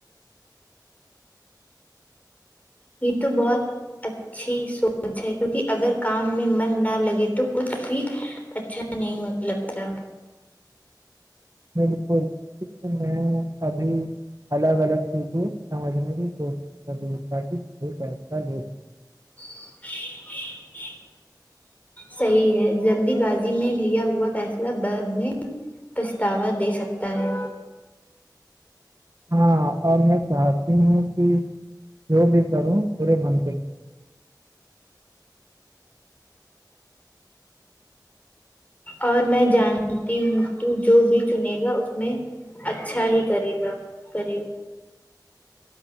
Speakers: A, on the left; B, on the right.
A: یہ تو بہت اچھی سوچ ہے کیونکہ اگر کام میں من نہ لگے تو کچھ بھی اچھا نہیں لگتا
B: بالکل اس لیے میں ابھی الگ الگ چیزیں سمجھنے کی کوشش کر رہی تاک فصلہ لے سک
A: <inaudible> صحیح ہے جلدی بازی میں لیا ہوا فیصلہ بعد میں پچھتاوا دے سکتا ہے
B: ہاں اور میں چاہتی ہوں کہ جو بھی کروں پورے من سے کر
A: اور میں جانتی ہوں تو جو بھی چنے گا اس میں اچھا ہی کرے گا کرے